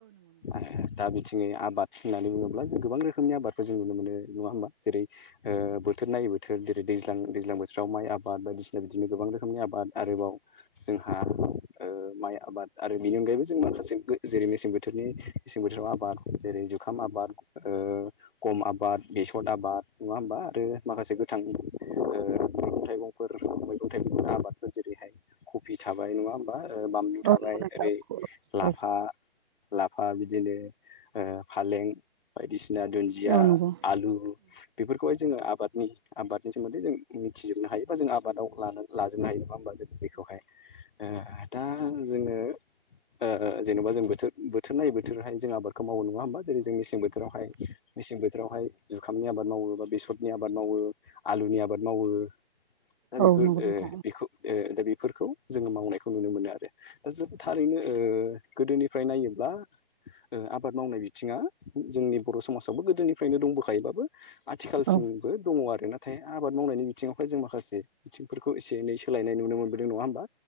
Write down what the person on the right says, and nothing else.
औ
नंगौ नोंथां
औ
नंगौ नोंथां
औ
नंगौ उम औ
नोंथां औ
औ